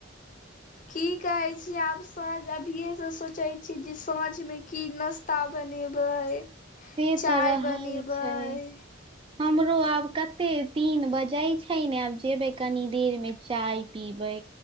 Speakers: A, on the left; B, on the right.
A: की कहे छी आब साँझ, अभिये से सोचे छी जे साँझ में की नश ता बनेबै?
B: एहे
A: चाय
B: त रहै
A: बनेबै
B: छै। हमरो आब कते तीन बजे छै? ने आब जेबइ कनी देर में चाय पीबै